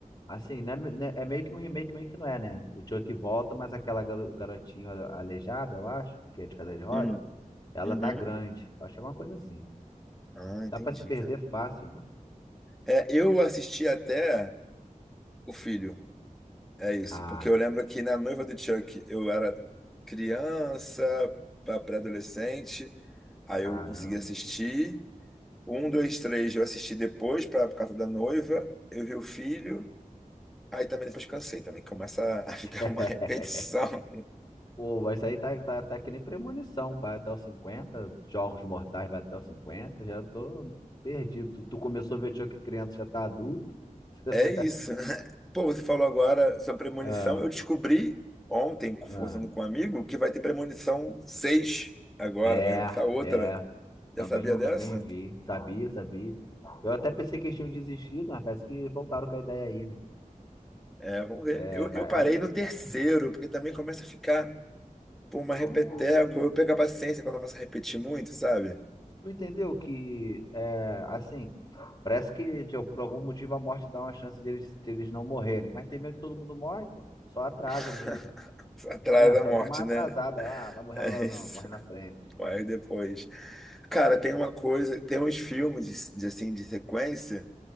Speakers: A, on the left (about 30°); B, in the centre.
A: Assim, né, né, é meio que um remake, meio que não é, né? O Chuck volta, mas aquela garo- garotinha aleijada, eu acho, que é de cadeira de rodas,
B: Hum,
A: ela
B: uhum.
A: tá grande. Eu acho que é alguma coisa assim.
B: Ah, entendi,
A: Dá pra se perder
B: cara.
A: fácil,
B: É, eu assisti até o filho. É isso.
A: Ah,
B: Porque eu lembro que na noiva do Chuck eu era criança, pra- pré-adolescente. Aí
A: caramba.
B: eu consegui assistir. Um, dois, três eu assisti depois pra, por causa da noiva. Eu vi o filho. Aí também depois cansei também. Começa a <laughs> ficar
A: <laughs>
B: uma repetição.
A: Pô, mas isso aí tá, tá, tá que nem premonição. Vai até os cinquenta Jogos Mortais vai até os 50. Já tô perdido. Tu, tu começou a ver Chuck criança, já tá adulto. <laughs>
B: É isso. <laughs> Pô, você falou agora sobre premonição.
A: Ah,
B: Eu descobri ontem, conversando
A: Ah,
B: com um amigo, que vai ter premonição 6 agora.
A: É,
B: Vai lançar outra.
A: é.
B: Já
A: Também,
B: sabia dessa?
A: também vi. Sabia, sabia. Eu até pensei que eles tinham desistido, mas parece que voltaram com a ideia aí, né?
B: É, vamos ver.
A: É,
B: Eu,
A: vai.
B: eu parei
A: Vamos,
B: no terceiro,
A: é,
B: porque também começa a ficar por uma
A: vamos,
B: repeteco. Eu perco a paciência quando começa a repetir muito, sabe?
A: Tu entendeu que, é, assim, parece que tipo, por algum motivo a morte dá uma chance deles, deles não morrerem, mas tem medo que todo mundo morre, pô. Só atrasa
B: <laughs>
A: mesmo,
B: Atrás
A: né?
B: da
A: Só
B: morte,
A: dá uma atrasada.
B: né?
A: Ah, vai morrer
B: É
A: agora
B: isso.
A: não, morre na frente.
B: Aí depois. Cara, tem uma coisa, tem uns filmes de, de, assim de sequência,